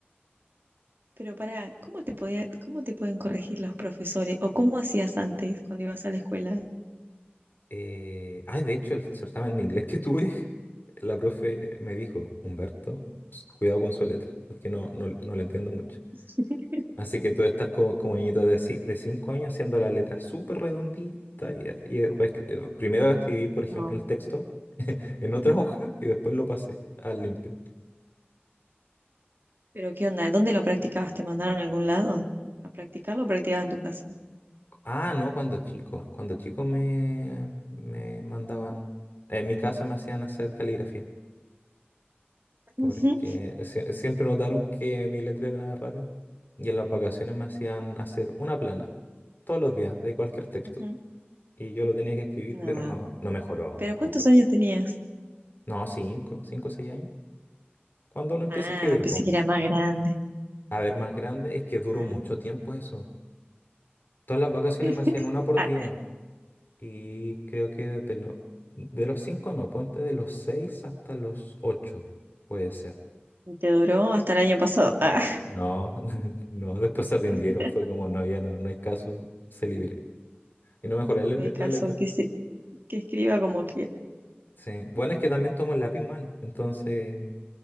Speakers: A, on the right; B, on the left.
A: Pero pará, ¿cómo te podía, cómo te pueden corregir los profesores? ¿O cómo hacías antes cuando ibas a la escuela?
B: Eh, ah, de hecho, el certamen de inglés que tuve, <laughs> la profe me dijo, Humberto, s- cuidado con su letra, porque no, no, no la entiendo mucho.
A: <laughs>
B: Así que tú debes estar como, como niñito de, ci- de cinco años haciendo la letra súper redondita. Y, y reescri- eh, primero escribí, por ejemplo,
A: No.
B: el texto en otra hoja y después lo pasé al limpio.
A: ¿Pero qué onda? ¿Dónde lo practicabas? ¿Te mandaron a algún lado? ¿A practicarlo o practicabas en tu casa?
B: Ah, no, cuando chico. Cuando chico me, me mandaban, en mi casa me hacían hacer caligrafía. porque
A: Ujú,
B: sie- siempre notaron que mi letra era rara y en las vacaciones me hacían hacer una plana todos los días de cualquier texto
A: ujú.
B: y yo lo tenía que escribir,
A: Nada.
B: pero no, no mejoró,
A: ¿Pero cuántos
B: no mejoró.
A: años tenías?
B: No, cinco, cinco, o seis años. Cuando uno empieza
A: Ah,
B: a escribir,
A: pensé
B: pues,
A: que era más grande.
B: a ver, más grande, es que duró
A: Ah.
B: mucho tiempo eso. Todas las vacaciones
A: <laughs>
B: me hacían una por
A: Ah,
B: día y creo que desde lo- de los cinco, no, ponte de los seis hasta los ocho, puede ser.
A: y que duró hasta el año pasado. Ah,
B: No, <laughs> no, después se rindieron,
A: <laughs>
B: fue como, no, ya no, no hay caso, se libre. Y no mejorar la,
A: no hay caso
B: la letra.
A: que, se, que escriba como quiera.
B: Sí. Bueno, es que también tomo el lápiz mal, entonces